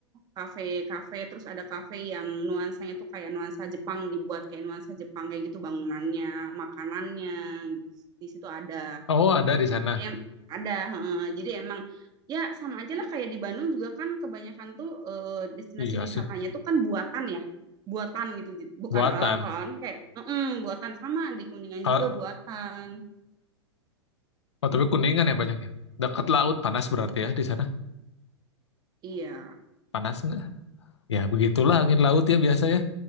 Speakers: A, on the right; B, on the left.
A: kafe-kafe terus ada kafe yang nuansanya tuh kayak nuansa Jepang dibuat kayak nuansa Jepang kayak gitu bangunannya, makanannya gitu. Di situ ada.
B: Oh, ada di sana.
A: Jadi em- ada, heeh. jadi emang ya sama aja lah kayak di Bandung juga kan kebanyakan tuh eh, destinasi
B: Iya
A: wisatanya
B: sih.
A: tuh kan buatan ya, buatan gitu, j- bukan
B: Buatan.
A: alam. Kalau alam kayak "Mm-mm, buatan sama di Kuningan
B: Kalau
A: juga buatan.
B: Oh, tapi Kuningan ya banyaknya. Dekat laut panas berarti ya di sana.
A: Iya,
B: Panas nggak? Ya begitulah angin laut ya biasanya.